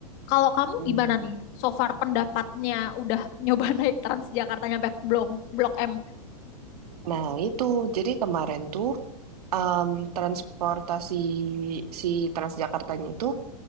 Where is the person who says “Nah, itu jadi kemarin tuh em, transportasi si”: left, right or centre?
Right